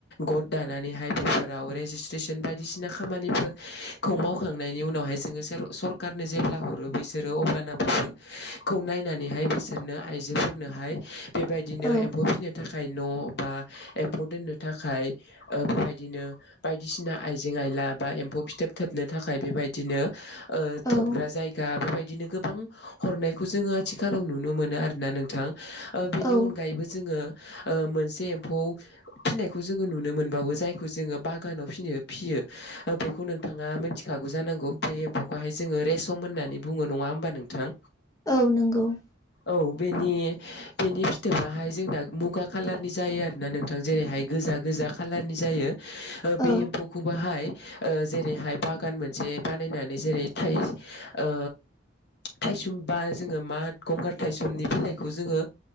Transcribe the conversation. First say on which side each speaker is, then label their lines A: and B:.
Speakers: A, on the left; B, on the left.
A: गट दानानै बेफोराव रेजिसट्रेसन बायदिसिना खामानिफोरखौ मावखांनायनि उनावहाय सरखारनो जेब्ला हरो बिसोरो अब्लाना बेफोरखौ नायनानैहाय बि बिसोरनो आइजोफोरनोहाय बेबायदिनो
B: औ
A: एम्फौ फिसिनो थाखाय न बा एम्फौ दोननो थाखाय बेबायदिनो बायदिसिना आइजें आइला बा एम्फौ फिथोब थोबनो थाखाय बेबायदिनो ओ
B: औ
A: थोबग्रा जायगा बेबायदिनो गोबां हरनायखौ जोंङो आथिखालाव नुनो नुनो मोनो आरोना नोंथां बेनि
B: औ
A: अनगायैबो जोंङो ओ मोनसे एम्फौ फिसिनायखौ जोंङो नुनो मोनबावो जायखौ जोंङो बागानाव फियो फियो बेखौ नोंथाङा मिथिखागौ जानांगौ बे एम्फौखौहाय जोंङो रेसम होननानै बुङो नङा होमबा नोंथां
B: औ नंगौ ।
A: औ बेनि बेनि फिथोबाहाय जोंना मुगा कालारनि जायो आरोोना नोंथां जेरैहाय गोजा गोजा खाालारनि जायो ओ
B: औ
A: बे एम्फौखौ बोहाय ओ जेरैहाय बागान मोनसे बानायनानै जेरै थाइ ओ थाइसुमबा जोङो मा गंगारथायाइ समनि बिलाइखौ जोङो